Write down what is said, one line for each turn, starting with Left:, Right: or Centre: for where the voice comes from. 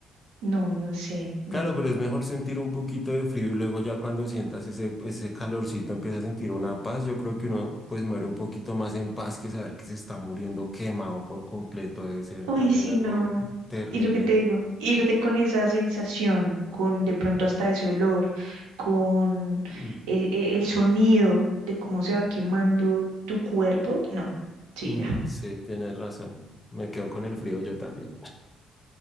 Right: No, no sé, no.
Left: Claro, pero es mejor sentir un poquito de frío y luego ya cuando sientas ese, ese calorcito empiezas a sentir una paz. Yo creo que uno pues muere un poquito más en paz que saber que se está muriendo quemado por completo. Debe ser
Right: Uy,
Left: también
Right: sí,
Left: algo
Right: no.
Left: terrible.
Right: Y lo que te digo, irte con esa sensación, con de pronto hasta ese olor, con
Left: Mm,
Right: e- e- el, sonido de cómo se va quemando tu cuerpo, no. Sí,
Left: No,
Right: ya.
Left: sí, tienes razón. Me quedo con el frío yo también.